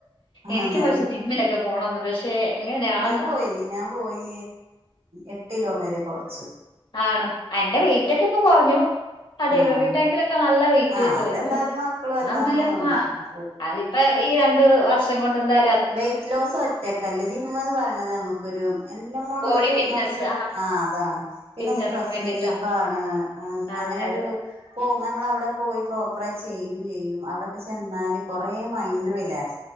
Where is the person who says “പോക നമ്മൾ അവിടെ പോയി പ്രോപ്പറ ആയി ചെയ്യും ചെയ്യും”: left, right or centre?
Right